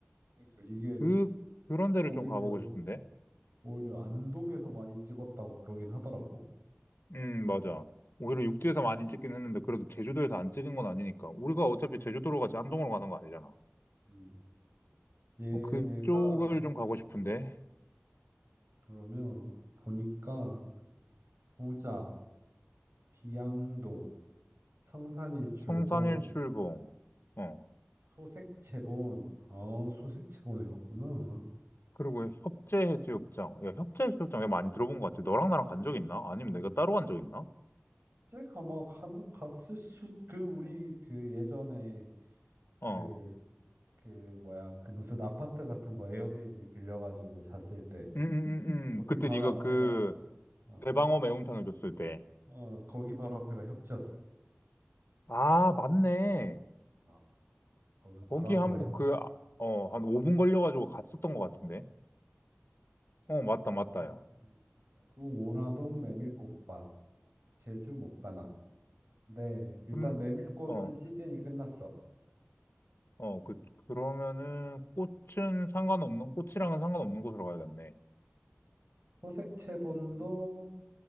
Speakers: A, on the right (about 85°); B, on the left (about 75°).
A: 그래서 이게
B: 그, 그런 데를
A: 오히려
B: 좀 가보고 싶은데?
A: 오히려 안동에서 많이 찍었다고 그러긴 하더라고.
B: 음, 맞아. 오히려 육지에서 많이 찍긴 했는데, 그래도 제주도에서 안 찍은 건 아니니까. 우리가 어차피 제주도로 가지 안동으로 가는 거 아니잖아.
A: 음. 얘네가
B: 어, 그쪽을 좀 가고 싶은데.
A: 그러면 보니까 소자, 비양도, 성산일출봉,
B: 성산일 출봉. 어.
A: 소색채본, 아, 소색채본에 갔구나.
B: 그리고 협재해수욕장. 야, 협재해수욕장 내가 많이 들어본 것 같아. 너랑 나랑 간 적 있나? 아니면 내가 따로 간 적 있나?
A: 제가 막 한번 갔을 수, 그 우리 그 예전에
B: 어.
A: 그, 그 뭐야, 그 무슨 아파트 같은 거 에어비앤비 빌려가지고 잤을 때
B: 음, 음, 음,
A: 거기
B: 음. 그때
A: 바로
B: 네가
A: 앞에가
B: 그
A: 어,
B: 대방어 매운탕을 줬을 때.
A: 어, 거기 바로 앞에가 협지였지.
B: 아, 맞네.
A: 어, 거기 바로
B: 거기
A: 앞에가
B: 한,
A: 협.
B: 그, 아, 어, 한 5분 걸려가지고 갔었던 것 같은데. 어, 맞다, 맞다,
A: 음,
B: 야.
A: 음. 그리고 오라동 메밀꽃밭, 제주 목가나. 네, 일단
B: 음,
A: 메밀꽃은
B: 어,
A: 시즌이 끝났어.
B: 어, 그, 그러면은 꽃은 상관없는, 꽃이랑은 상관없는 곳으로 가야겠네.
A: 소색 채본도
B: 음,